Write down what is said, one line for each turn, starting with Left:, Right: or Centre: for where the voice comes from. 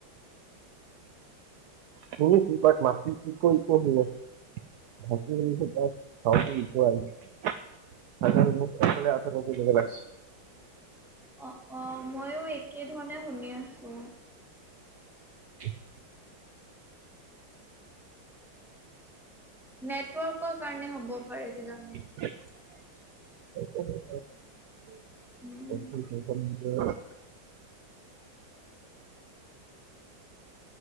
Right: শুনিছোঁ বাট <unintelligible> <unintelligible> <unintelligible>
Centre: অ অ মইও একে ধৰণে শুনি আছো।
Right: <inaudible>
Centre: নেটৱৰ্কৰ কাৰণে হ'ব পাৰে কিজানি!
Right: <unintelligible>
Centre: উম